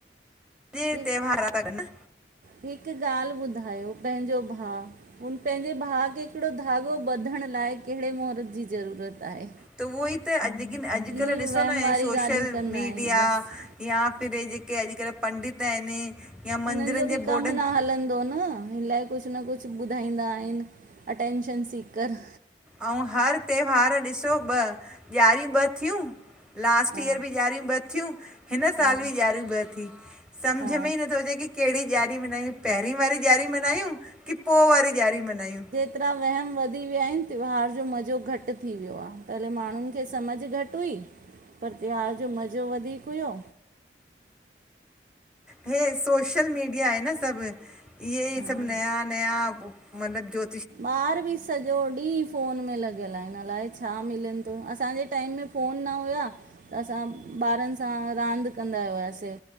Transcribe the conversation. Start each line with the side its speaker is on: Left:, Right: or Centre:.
Centre: जीअं
Right: हि-
Centre: त्योहार आ ता कन।
Right: हिकु ॻाल्हि ॿुधायो, पंहिंजो भाउ हुन पंहिंजे भाउ खे हिकिड़ो धाॻो ॿधण लाइ कहिड़े महूर्तु जी ज़रूरत आहे?
Centre: त उहो ई त, लेकिन अॼुकल्ह
Right: इहे ई
Centre: ॾिसो
Right: वहम
Centre: न हे
Right: वारी
Centre: सोशल
Right: ॻाल्हियूं कंदा
Centre: मीडिया
Right: आहिनि बसि
Centre: या फिर हे जेके अॼुकल्ह पंडित आहिनि या
Right: हुननि
Centre: मंदरनि
Right: जो बि
Centre: जे
Right: कमु
Centre: बोर्डनि
Right: न हलंदो न इनलाई कुझु न कुझु ॿुधाईंदा आहिनि। अटैेंशन सीकर।
Centre: आऊं हर त्योहार ॾिसो ॿ, ॾियारी ॿ थियूं लास्ट
Right: हा
Centre: ईयर बि ॾियारी ॿ थियूं हिन साल
Right: हा
Centre: बि ॾियार्यू ॿ थी, सम्झ
Right: हा
Centre: में ई नथो अचे की कहिड़ी ॾियारी मल्हायूं पहिरीं वारी ॾियारी मल्हायूं की पोइ वारी ॾियारी मल्हायूं?
Right: एतिड़ा वहम वधी विया आहिनि त्योहार जो मज़ो घटि थी वियो आहे, पहले माण्हुनि खे सम्झि घटि हुई पर त्योहार जो मज़ो वधीकु हुयो।
Centre: हे सोशल मीडिया आहे न सभु, इहे ई
Right: हा
Centre: सभु नया-नया मतिलबु जो
Right: ॿारु बि सॼो ॾींहुं फो़नु में लॻियल आहिनि अलाए छा मिलेनि थो, असांजे टाइम में फ़ोनु न हुया त असां ॿारनि सां रांदि कंदा हुआसीं।